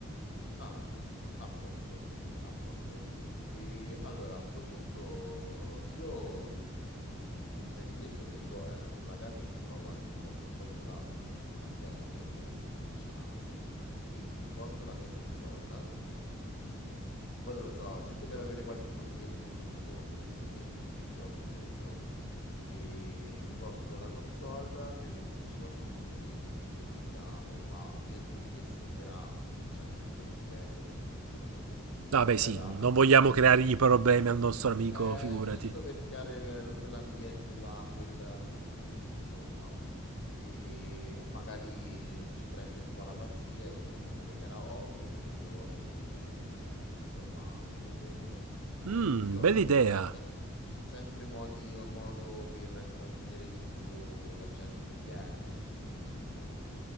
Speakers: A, on the left; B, on the right.
A: Ah, a posto, a posto. E allora, a sto punto, io eh, mi hai detto che lo- ehm, la casa si trova in un posto un po' isolato, quindi non abbiamo problemi con le vicinanze. Quindi mi porto la mia console. Boh, non lo so, giusto per avere qualche musichetta di sottofondo, capito? Niente di troppo serio. E mi porto la console per metterci qualche musichetta mentre giochiamo, ma niente di che supera un certo tipo di livello perché giustamente
B: Vabbè,
A: giochi
B: sì,
A: da tavolo.
B: non vogliamo creargli problemi al nostro amico,
A: Eh,
B: figurati.
A: giusto per creare quel- quell'ambiente là, quel, quel mood, insomma. E magari ci prende un po' la pazzia e vogliamo fare karaoke, capito? E eh, insomma, abbiamo quello come
B: Mmm,
A: opzione,
B: bella
A: insomma,
B: idea.
A: sempre, sempre modi o modo per intrattenere di più la gente che viene, i nostri amici, insomma.